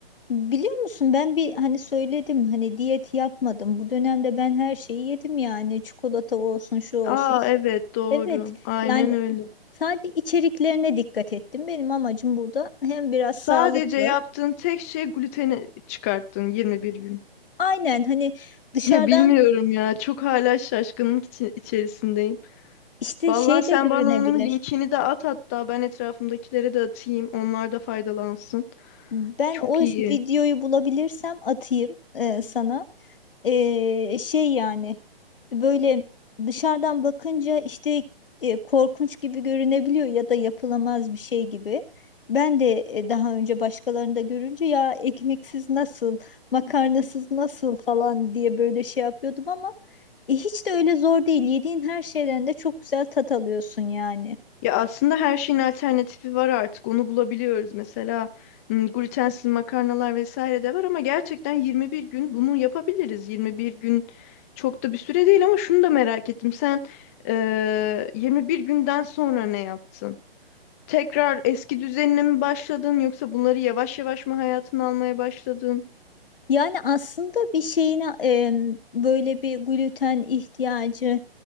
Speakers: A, on the left (about 60°); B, on the left (about 15°).
A: biliyor musun ben bir hani söyledim hani diyet yapmadım. Bu dönemde ben her şeyi yedim yani çikolata olsun şu olsun.
B: Aa evet doğru.
A: Evet.
B: Aynen
A: Yani
B: öyle.
A: Sadece içeriklerine dikkat ettim. Benim amacım burada hem biraz
B: Sadece
A: sağlıklı.
B: yaptığın tek şey gluteni çıkarttın 21 gün.
A: Aynen hani dışarıdan
B: Ya bilmiyorum ya. Çok hala şaşkınlık içi- içerisindeyim.
A: işte
B: Vallahi
A: şey
B: sen
A: de görünebilir.
B: bana onun linkini de at hatta ben etrafımdakilere de atayım. Onlar da faydalansın.
A: Ben
B: Çok
A: o
B: iyi.
A: videoyu bulabilirsem atayım e, sana. e, şey yani böyle dışarıdan bakınca işte e, korkunç gibi görünebiliyor ya da yapılamaz bir şey gibi. Ben de e, daha önce başkalarını da görünce ya ekmeksiz nasıl, makarnasız nasıl falan diye böyle şey yapıyordum ama e, hiç de öyle zor değil. Yediğin her şeyden de çok güzel tat alıyorsun yani.
B: Ya aslında her şeyin alternatifi var artık. Onu bulabiliyoruz. Mesela m, glutensiz makarnalar vesaire de var ama gerçekten 21 gün bunu yapabiliriz. 21 gün çok da bir süre değil ama şunu da merak ettim. Sen eee, 21 günden sonra ne yaptın? tekrar eski düzenine mi başladın yoksa bunları yavaş yavaş mı hayatına almaya başladın?
A: Yani aslında bir şeyine em, böyle bir gluten ihtiyacı